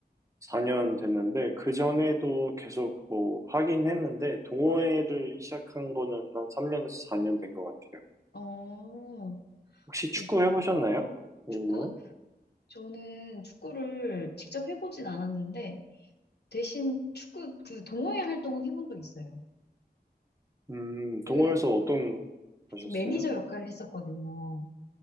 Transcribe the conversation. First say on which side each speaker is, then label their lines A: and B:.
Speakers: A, on the right; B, on the left.
A: 4년 됐는데, 그 전에도 계속 뭐 하긴 했는데, 동호회를 시작한 거는 한 3년에서 4년 된 것 같아요.
B: 어,
A: 혹시 축구
B: 그
A: 해보셨나요?
B: 축구,
A: A님은?
B: 저는 축구를 직접 해보진 않았는데, 대신 축구 그 동호회 활동은 해본 적 있어요.
A: 음, 동호회에서
B: 그
A: 어떤 하셨어요?
B: 매니저 역할을 했었거든요.